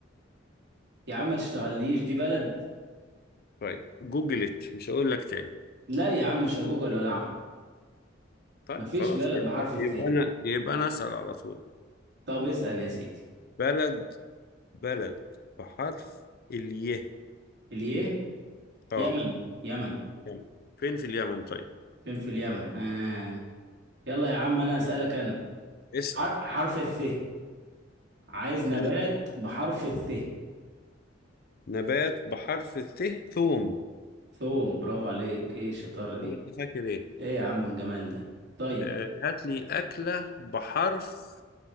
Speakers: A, on the right; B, on the left.
A: يا عم ما تشتغلنيش دي بلد
B: طيب جوجلت مش هقول لك تاني
A: لا يا عم مش هجوجل ولا اعمل
B: طيب
A: مفيش
B: خلاص
A: بلد
B: يبقى
A: بحرف
B: يبقى
A: الث
B: أنا يبقى أنا أسأل على طول
A: طب اسأل يا سيدي
B: بلد بلد بحرف الياء
A: اليه
B: آه
A: يمن يمن
B: يمن فين في اليمن طيب
A: فين في اليمن آه. يلا يا عم انا اسألك
B: مم.
A: انا
B: اسأل
A: ع- حرف الث عايز نبات
B: مال.
A: بحرف الث
B: نبات بحرف الث ثوم
A: ثوم برافو عليك ايه الشطارة دي
B: ولا أنت فاكر إيه
A: ايه يا عم الجمال ده طيب
B: آه، هات لي أكلة بحرف